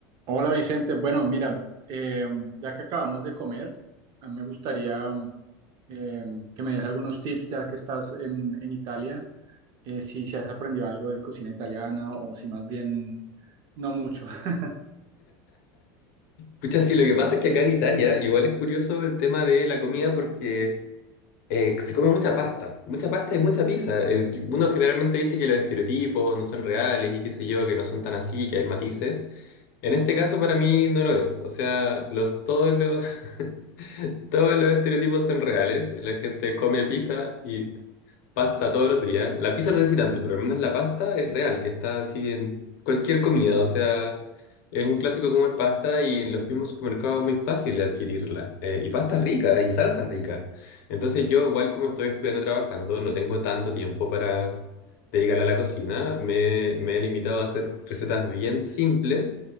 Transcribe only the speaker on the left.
Pucha, sí, lo que pasa es que acá en Italia igual es curioso el tema de la comida porque eh, se come mucha pasta, mucha pasta y mucha pizza. Eh, uno generalmente dice que los estereotipos no son reales y qué sé yo, que no son tan así, que hay matices. En este caso para mí no lo es. O sea, los, todos los, <laughs> Todos los estereotipos son reales. La gente come pizza y pasta todos los días. La pizza no sé si tanto, pero al menos la pasta es real, que está así en cualquier comida. O sea, es un clásico comer pasta y en los mismos supermercados es muy fácil adquirirla. Eh, y pasta rica y salsa rica Entonces yo, igual como estoy estudiando trabajando, no tengo tanto tiempo para dedicarle a la cocina. Me, me he limitado a hacer recetas bien simples